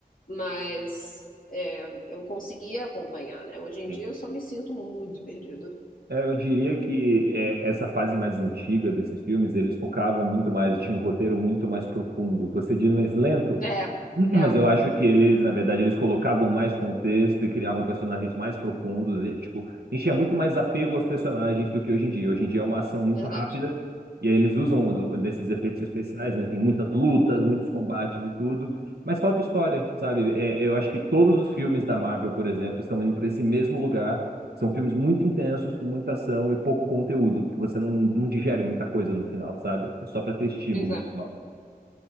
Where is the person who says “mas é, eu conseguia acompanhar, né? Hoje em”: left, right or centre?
Left